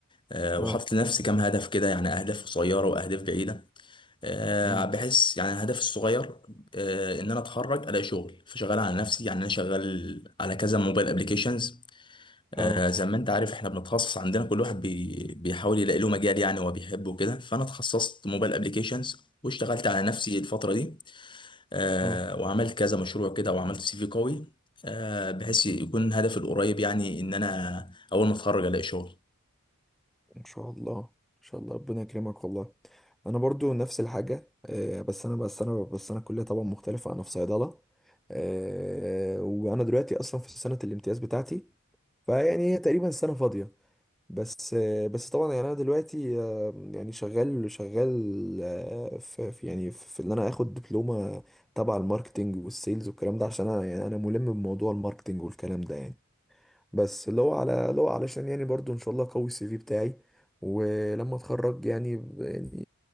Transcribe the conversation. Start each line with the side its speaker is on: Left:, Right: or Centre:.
Left: آه،
Centre: اه
Left: وحاطط لنفسي كام هدف كده يعني اهداف قصيره واهداف بعيده آه،
Centre: امم
Left: بحس يعني الهدف الصغير آه، ان انا اتخرج الاقي شغل فشغال على نفسي يعني انا شغال على كذا موبايل ابلكيشنز آه،
Centre: اه
Left: زي ما انت عارف احنا بنتخصص عندنا كل واحد بي بيحاول يلاقي له مجال يعني هو بيحبه كده فانا اتخصصت موبايل ابليكيشنز واشتغلت على نفسي الفترة دي آه،
Centre: اه
Left: وعملت كذا مشروع كده وعملت سي في قوي آه، بحيث يكون هدفي القريب يعني ان انا اول ما اتخرج الاقي شغل
Centre: ان شاء الله ان شاء الله ربنا يكرمك والله انا برضو نفس الحاجه آه، بس انا بس انا بس انا كليه طبعا مختلفه انا في صيدله آه، وانا دلوقتي اصلا في سنه الامتياز بتاعتي فيعني هي تقريبا سنه فاضيه بس آه، بس طبعا يعني انا دلوقتي آه، يعني شغال شغال آه، في في- يعني في ان انا اخد دبلومه تبع الماركتينج والسيلز والكلام ده عشان انا يعني انا ملم بموضوع الماركتينج والكلام ده يعني بس اللي هو على اللي هو علشان يعني برضو ان شاء الله قوي السي في بتاعي ولما اتخرج يعني يعني